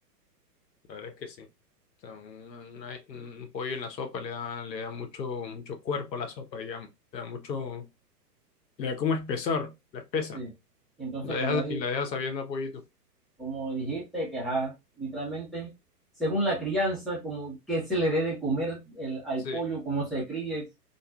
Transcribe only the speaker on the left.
la verdad es que sí. O sea, una- una- un pollo en la sopa le da, le da mucho, mucho cuerpo a la sopa, digamos. Le da mucho, le da como espesor, la espesa.
La deja,
y la deja sabiendo a pollito.
Sí,